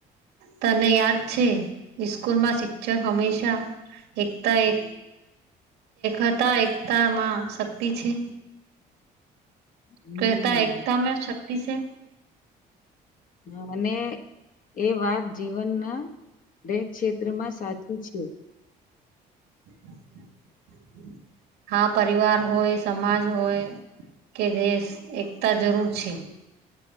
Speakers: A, on the right (about 80°); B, on the left (about 50°).
A: તને યાદ છે ઈસ્કૂલમાં શિક્ષક હંમેશા એકતા એક એકતા એકતામાં શક્તિ છે.
B: હમ
A: કતા એકતા મે શક્તિ છે.
B: હાને એ વાત જીવનના દરેક ક્ષેત્રમાં સાચી છે.
A: <inaudible> હા પરિવાર હોય સમાજ હોય કે દેશ એકતા જરૂર છે.